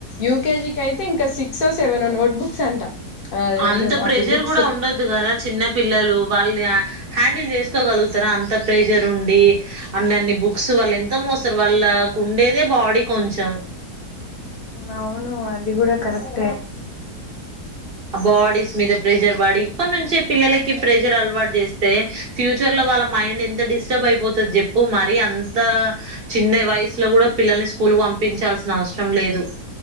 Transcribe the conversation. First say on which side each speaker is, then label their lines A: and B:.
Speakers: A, on the left; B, on the right.
A: యూకేజి క అయితే ఇంకా సిక్స్సెవెన్ నోట్ బుక్స్ అంట అదేంటి
B: అంత ప్రెషర్
A: అవి బుక్స్
B: కూడా ఉండొద్దు కదా చిన్న పిల్లలు వాళ్ళని హ్యాండిల్ చేసుకోగలుగుతారా అంత ప్రెషర్ ఉండి అన్ని అన్ని బుక్స్ వాళ్ళు ఎంత మోస్తారు వాళ్ళకు ఉండేదే బాడీ కొంచెం
A: అవును అది కూడాడా కరెక్టే
B: ఆ బాడీస్ మీద ప్రెషర్ బాడి అప్పటి నుంచే పిల్లలకి ప్రెషర్ అలవాటు చేస్తే ఫ్యూచర్ లో వాళ్ళ మైండ్ ఎంత డిస్టర్బ్ అయిపోతుంది చెప్పు మరి అంత చిన్న వయసులో కూడా పిల్లల్ని స్కూల్ పంపించాల్సిన అవసరం లేదు